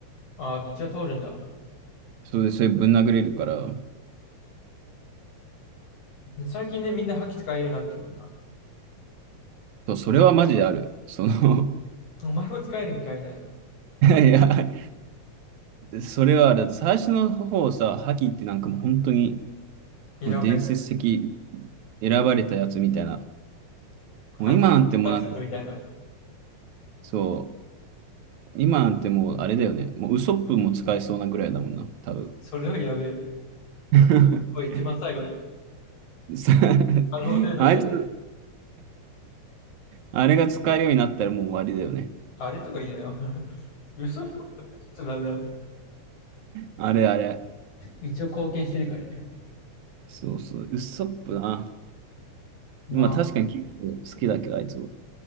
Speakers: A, on the left; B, on the right.
A: あ、一応通るんだ。
B: それでそれぶん殴れるから、
A: 最近ね、みんな覇気使えるようになってるもんな。
B: そう、それはマジである。その
A: お前も使えるんかいみたいな。
B: <laughs> いや、それはある。最初の方さ、ハキってなんかもう本当に
A: 選ばれた。
B: もう伝説的選ばれたやつみたいな。
A: 覇気存在するのみたいな。
B: もう今なんてもうなんか、そう、今なんてもうあれだよね。もうウソップも使えそうなぐらいだもんな、多分。
A: それはやべえ。
B: <laughs>
A: これ一番最後だろ。
B: さ
A: 可能性としたら。
B: あいつ、あれが使えるようになったらもう終わりだよね。
A: あれとか言えなよ。<laughs> 嘘っぽい。ちょっとダメだ。
B: あれあれ。
A: 一応貢献してるからね。
B: そうそう、ウッソップな。
A: まあ、
B: まあ確かに結構好きだけど、あいつ。